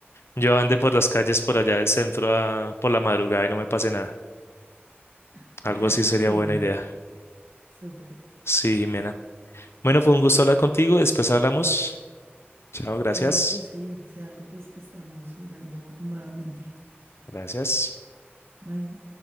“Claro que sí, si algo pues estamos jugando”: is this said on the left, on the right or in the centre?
Right